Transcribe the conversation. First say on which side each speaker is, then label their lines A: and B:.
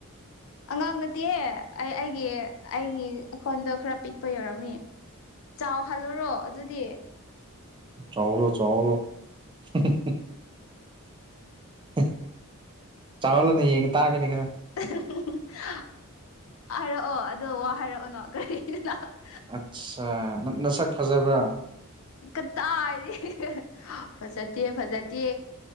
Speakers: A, on the left; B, on the right.
A: ꯑꯉꯥꯡ ꯅꯠꯇꯦꯍꯦ ꯑꯩ ꯑꯩꯒꯤ ꯑꯩꯒꯤ ꯑꯩ ꯈꯣꯟꯗ ꯈꯔ ꯄꯤꯛꯄꯩ ꯑꯣꯏꯔꯝꯒꯅꯤ ꯆꯥꯎ ꯍꯜꯂꯨꯔꯣ ꯑꯗꯨꯗꯤ
B: ꯆꯥꯎꯍꯜꯂꯣ ꯆꯥꯎꯍꯜꯂꯣ ꯍꯨꯡ ꯍꯨꯡ ꯍꯨꯡ ꯆꯥꯎꯍꯜꯂꯨꯅꯤ ꯌꯦꯡꯒꯦ ꯇꯥꯒꯦꯅꯦ ꯈꯔ
A: ꯎ ꯍꯨꯡ ꯍꯨꯡ ꯍꯨꯡ ꯍꯥꯏꯔꯛꯑꯣ ꯑꯗꯣ ꯋꯥ ꯍꯥꯏꯔꯛꯑꯣꯅꯣ ꯀꯔꯤꯅ ꯍꯥ ꯍꯍ
B: ꯑꯠꯁꯥ ꯅꯪ ꯅꯁꯛ ꯐꯖꯕ꯭ꯔꯥ
A: ꯀꯗꯥꯏꯗꯒꯤ ꯍꯤ ꯍ ꯍꯍ ꯐꯖꯗꯦ ꯐꯖꯗꯦ